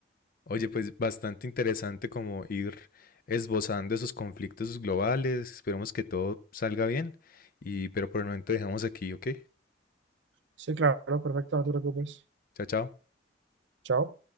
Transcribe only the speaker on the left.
Oye, pues bastante interesante como ir esbozando esos conflictos globales. Esperemos que todo salga bien y pero por el momento dejamos aquí, ¿ok?
Chao, chao.